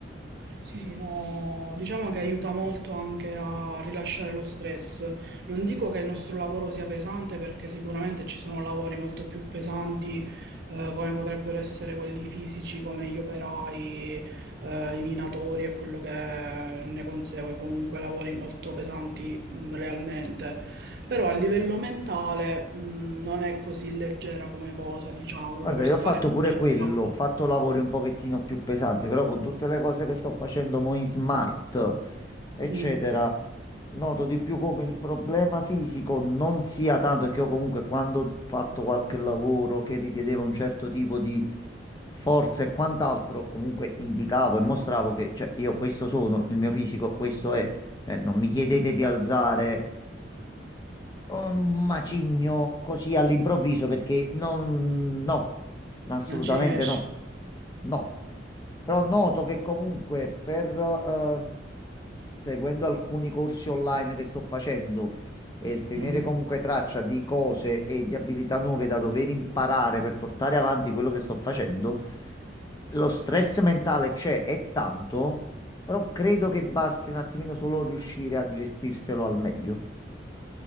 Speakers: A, on the right; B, on the left.
A: Sì, sì, no, diciamo che aiuta molto anche a rilasciare lo stress. Non dico che il nostro lavoro sia pesante perché sicuramente ci sono lavori molto più pesanti, eh, come potrebbero essere quelli fisici, come gli operai, eh, i minatori e quello che ne consegue, comunque lavori molto pesanti, mh, realmente. Però a livello mentale, mh, non è così leggera come cosa, diciamo,
B: Guarda,
A: dover
B: io
A: stare
B: ho fatto
A: concentrati.
B: pure quello, ho fatto lavori un pochettino più pesanti, però con tutte le cose che sto facendo mo in smart, eccetera,
A: Mm,
B: noto di più come il problema fisico non sia tanto, perché io comunque quando ho fatto qualche lavoro che richiedeva un certo tipo di forza e quant'altro, comunque indicavo e mostravo che, cioè, io questo sono, il mio fisico questo è, Cioè, non mi chiedete di alzare. Un macigno così all'improvviso perché non, no, assolutamente
A: non ci riesci.
B: no, no. Però noto che comunque per, eh, seguendo alcuni corsi online che sto facendo e il tenere
A: Mm.
B: comunque traccia di cose e di abilità nuove da dover imparare per portare avanti quello che sto facendo, lo stress mentale c'è, è tanto, però credo che basti un attimino solo riuscire a gestirselo al meglio.